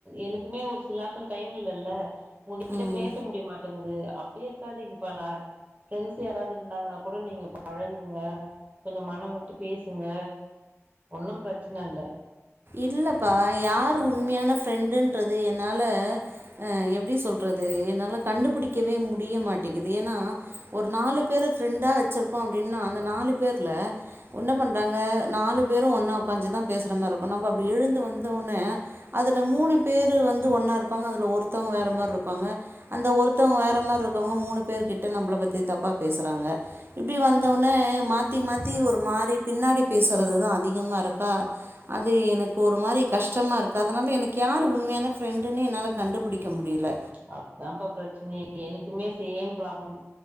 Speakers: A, on the right (about 30°); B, on the right (about 45°).
A: எனக்குமே ஒரு சசெல நேரத்துல டைம் இல்லல்ல உங்ககிட்ட
B: ம்
A: பேச முடிய மாட்டேங்குது அப்டியே இருக்காதீங்கப்பா நா ஃப்ரெண்ட்ஸ் யாராவது இருந்தாங்கன்னா கூட நீங்க பழகுங்க கொஞ்ச மனம் விட்டு பேசுங்க ஒன்னு பிரச்சனைல்ல
B: இல்லப்பா யார் உண்மையான ஃரெண்டுன்றது என்னால ஆ எப்படி சொல்ற து என்னால கண்டுபிடிக்கவே முடிய மாட்டேக்குது ஏன்னா ஒரு நாலு பேர் பிரெண்டா வச்சிருக்கோ அப்படின்னா அந்த நாலு பேர்ல ஒன்ன பண்றாங்க நாலு பேரு ஒன்னா உக்காஞ்சுதா பேசுற மார்ருக்கு நம்ம அப்டி எழுந்து வந்தோனே அதில மூணு பேர் வந்து ஒன்னா இருப்பாங்க அதில ஒருத்தவங்க வேற மாரி இருப் பாங்க அந்த ஒருத்தவங்க வேற மாரி இருக்கவங்க மூணு பேர் கிட்ட நம்மள பத்தி தப்பா பேசுறாங்க இப்டி வந்தவுனே மாத்தி மாத்தி ஒரு மாறி பின்னாடி பேசுறதுதா அதிகமா இருக்கா அது எனக்கு ஒரு மாரி கஷ்டமா இருக்கு அதனால எனக்கு யார் உண்மையான ஃப்ரெண்டுன்னே என்னால கண்டுபிடிக்க முடியல
A: அதுதான்ப்பா பிரச்சனை எனக்குமே சேம் பராப்ளம்